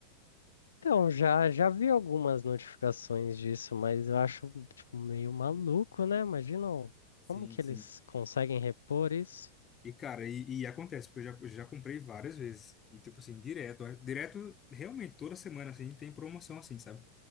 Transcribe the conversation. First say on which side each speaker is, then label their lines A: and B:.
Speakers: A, on the left; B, on the left.
A: Então, já, já vi algumas notificações disso, mas eu acho tipo, meio maluco, né? Imagina o-
B: Sim,
A: como que
B: sim.
A: eles conseguem repor isso.
B: E, cara, e, e acontece, porque eu já, eu já comprei várias vezes. E, tipo assim, direto. é- Direto, realmente, toda semana, assim, tem promoção, assim, sabe?